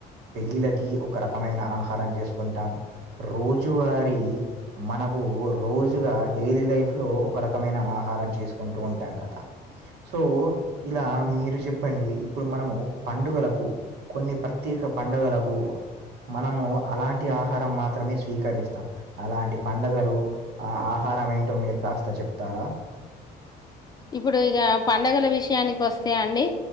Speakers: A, on the right; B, on the left.
A: పెళ్లిలకి ఒక రకమైన ఆహారం చేసుకుంటాం రోజు. రజు వారి మనకు రోజుగా డైలీ లైఫ్ లో ఒక రకమైన ఆహారం చేసుకుం. ఉంటూ ఉంటాం కదా. సో ఇలా మీరు చెప్పండి ఇప్పుడు మనము పండుగలకు కొన్ని ప్ర. త్యేక పండగలకు మనము అలాంటి ఆహారం మాత్రమే స్వీ. కరిస్తాం అలాంటి పండగలు ఆ ఆహారం ఏంటో మీరు కాస్త చెప్తారా.
B: ఇప్పుడు ఇక పండగల విషయానికి వస్తా అండి.